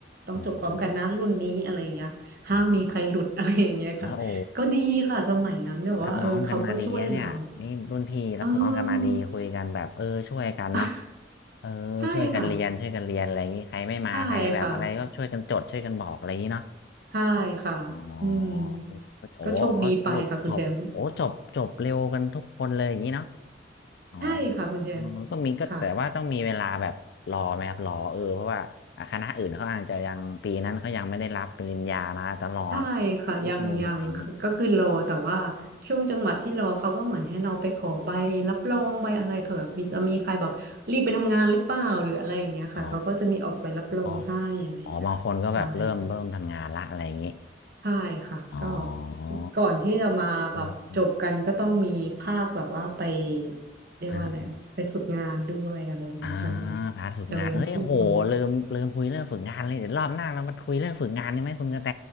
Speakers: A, on the right (about 55°); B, on the left (about 65°).
A: ต้องจบพร้อมกันนะรุ่นนี้อะไรเงี้ยห้ามมีใครหลุดอะไรอย่างเงี้ยค่ะก็ดีค่ะสมัยนั้นแบบว่าเออเขาก็ช่วยเรา
B: โอโหอ๋อโอ้โหรับน้องกันมาดีอะเนี่ยนี่รุ่นพี่รับน้องกันมาดีคุยกันแบบเออช่วยกันเนาะ
A: เออ <laughs>
B: เออช่วยกันเรียนช่วยกันเรียนอะไรอย่างนี้ใครไม่มาใครแบบอะไรก็ช่วยกันจดช่วยกันบอกอะไรอย่างนี้เนาะ
A: ใช่ค่ะใช่ค่ะใช่ค่ะอืม
B: อ๋อเออโอ้โหสรุปจบโอ้จบจบเร็วกันทุกคนเลยอย่างนี้เนาะ
A: ก็โชคดีไปค่ะคุณแชมป์
B: อ๋อ
A: ใช่ค่ะคุณแจม
B: อืมก็มีก็แต่ว่าต้องมีเวลาแบบรอไหมครับรอเออเพราะว่าอ่ะคณะอื่นเขาอาจจะยังปีนั้นเขายังไม่ได้รับปริญญานะตลอ
A: ค่ะใช่ค่ะยังยังค่ะก็คือรอแต่ว่า
B: อนิดนึงอะไรอย่างนี้
A: ช่วงจังหวะที่รอเขาก็เหมือนให้เราไปขอใบรับรองใบอะไรเผื่อมีจะมีใครแบบรีบไปทำงานหรือเปล่าหรืออะไรอย่างเงี้ยค่ะเขาก็จะมีออกใบรับรองให้อะไรอย่างเงี้ยค่ะใช่ค่ะ
B: อ๋ออ๋ออ๋อบางคนก็แบบเริ่มเริ่มทำงานละอะไรอย่างนี้
A: ใช่ค่ะก็
B: อ๋อ
A: ก่อนที่จะมาแบบจบกันก็ต้องมีภาคแบบว่าไป
B: อืมอืม
A: เรียกว่าอะไรไปฝึกงานด้วยอะไรอยเงี้ยคะ
B: อ่าอ่าพาร์ทฝึกงานเอ้ยโหลืมลืมคุยเรื่องฝึกงานเลยเดี๋ยวรอบหน้าเรามาคุยเรื่องฝึกงานนี่ไหมคุณกระแต
A: จะเว้นช่วง